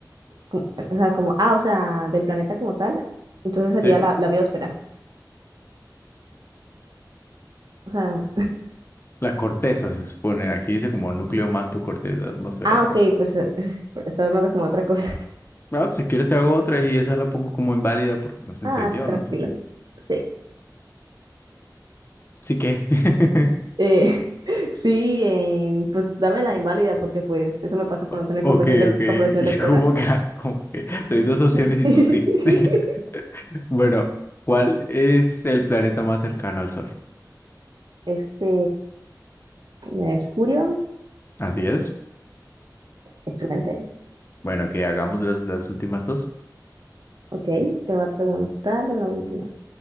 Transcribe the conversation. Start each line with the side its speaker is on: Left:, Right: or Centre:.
Right: como, o sea, como, ah, o sea, del planeta como tal. Entonces sería
Left: Sí.
Right: la, la biosfera. O sea,
Left: La corteza se supone. Aquí dice como núcleo, manto, corteza atmosfera.
Right: ah, ok,
Left: ¿no?
Right: pues eh, <laughs> estaba hablando como de otra cosa. <laughs>
Left: Ah, pues, si quieres te hago otra y esa la pongo como inválida porque no se
Right: Ah,
Left: entendió,
Right: tú tranquila.
Left: no sé.
Right: Sí.
Left: Sí que. <laughs>
Right: Eh, <laughs> sí, en- pues dame la inválida porque pues eso me pasa por
Left: O-
Right: no tener
Left: Ok,
Right: comprensión, lec-
Left: ok. <laughs>
Right: comprensión
Left: Y
Right: lectora.
Left: como que, ah, como que te doy dos opciones
Right: Sí.
Left: y
Right: <laughs>
Left: tú sí. <laughs> Bueno, ¿cuál es el planeta más cercano al Sol?
Right: Este, Mercurio,
Left: Así es.
Right: excelente.
Left: Bueno, que hagamos las, las últimas dos.
Right: Ok, te va a preguntar la última.